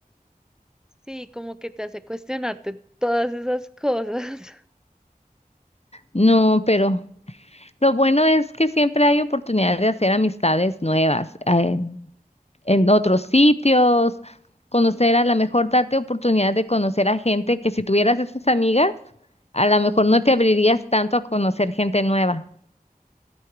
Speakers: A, in the centre; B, on the left (about 45°).
A: Sí, como que te hace cuestionarte todas esas cosas. <laughs>
B: No, pero Lo bueno es que siempre hay oportunidad de hacer amistades nuevas, eh, en otros sitios, conocer a lo mejor, darte oportunidad de conocer a gente que si tuvieras esas amigas, a lo mejor no te abrirías tanto a conocer gente nueva.